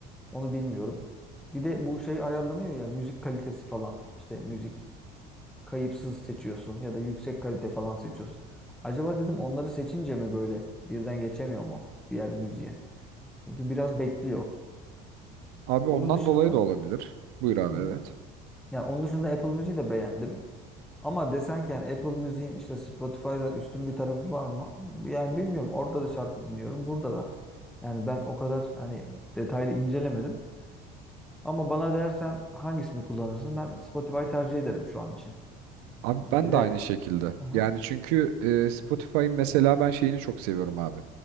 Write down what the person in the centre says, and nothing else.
Onu bilmiyorum. Bir de bu şey ayarlanıyor ya müzik kalitesi falan. İşte müzik kayıpsız seçiyorsun ya da yüksek kalite falan seçiyorsun. Acaba dedim onları seçince mi böyle birden geçemiyor mu diğer müziğe? Çünkü biraz bekliyor.
Onun
dışında
Hı hı.
Yani onun dışında Apple Music'i de beğendim. Ama desen ki yani Apple Music'in işte Spotify'dan üstün bir tarafı var mı? Yani bilmiyorum. Orada da şarkı dinliyorum. Burada da. Yani ben o kadar hani detaylı incelemedim. Ama bana dersen hangisini kullanırsın? Ben Spotify tercih ederim şu an için.
Ee, Ve
Aha.